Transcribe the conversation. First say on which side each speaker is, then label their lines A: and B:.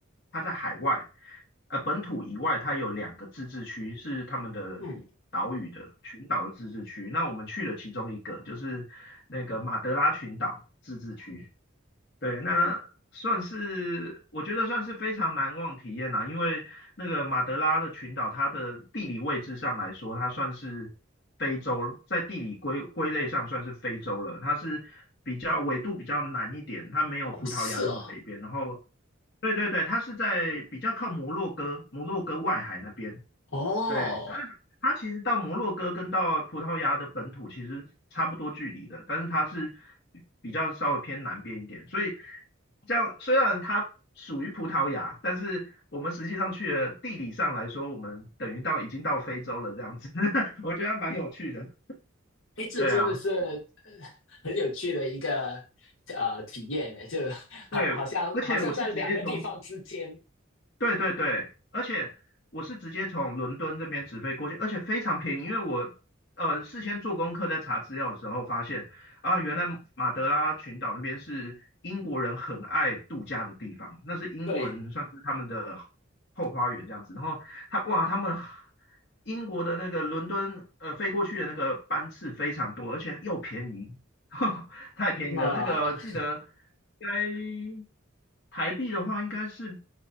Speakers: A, on the left (about 55°); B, on the left (about 75°).
A: 它在海外，呃本土以外，它有两个自治区是他们的岛屿的群岛的自治区。
B: 嗯，
A: 那我们去了其中一个，就是那个马德拉群岛自治区。对，那算是我觉得算是非常难忘体验啦、因为那个马德拉的群岛，它的地理位置上来说，它算是非洲，在地理归归类上算是非洲了。它是比较纬度比较南一点，它没有葡萄牙那么北边。
B: 哦是哦，
A: 然后，对对对，它是在比较靠摩洛哥、摩洛哥外海那边。
B: 哦。
A: 对，它它其实到摩洛哥跟到葡萄牙的本土其实差不多距离的，但是它是比比较稍微偏南边一点，所以这样虽然它属于葡萄牙，但是我们实际上去了地理上来说，我们等于到已经到非洲了这样子，<laughs> 我觉得还蛮有趣的。
B: 哎，这真的是呃
A: 对啊，
B: 很有趣的一个呃体验呢，就
A: 对，
B: 好好像好像在两个地方之间，
A: 而且我是直接从对对对，而且我是直接从伦敦这边直飞过去，而且非常便宜，因为我呃事先做功课在查资料的时候发现啊，原来马德拉群岛那边是英国人很爱度假的地方，那是英国人算是他们的
B: 对，
A: 后花园这样子。然后他哇，他们英国的那个伦敦呃飞过去的那个班次非常多，而且又便宜，<laughs> 太便宜了。
B: 那
A: 那个记得应该台币的话，应该是